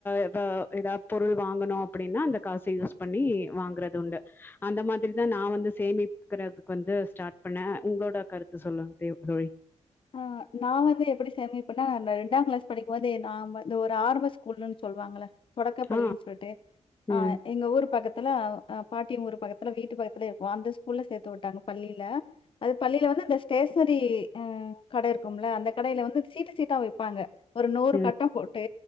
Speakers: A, on the left (about 15°); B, on the left (about 45°).
A: ஏதா ஏதாவது பொருள் வாங்கணு அப்படின்னா அந்த காசு யூஸ் பண்ணி வாங்கறது உண்டு அந்த மாதிரிதா நா வந்து சேமிக்கிறதுக்கு வந்து ஸ்டார்ட் பண்ணே உங்களோட கருத்து சொல்ல தே தோழி
B: ஆ நா வந்து எப்படி சேமிப்பண்ணா அந்த ரெண்டா கிளாஸ் படிக்கும்போது நா ஒரு ஆரம்ப ஸ்கூல்ன்னு சொல்லுவாங்கள தொடக்க பள்ளின்னு
A: ஆ.
B: சொல்லிட்டு ஆ
A: ம்,
B: எங்க ஊர் பக்கத் த்துல அ பாட்டியூர் பக்கத்துல வீட்டு பக்கத்துல இருக்கு அந்த ஸ்கூல்ல சேர்த்து விட்டாங்க பள்ளியில அது பள்ளியில வந்து அந்த ஸ்டேஷனரி ஆ கடை இருக்கும்ல அந்த கடையில வந்து சீட்டு சீட்டா வைப்பாங்க ஒரு நூறு
A: ம்.
B: கட்டம் போட்டு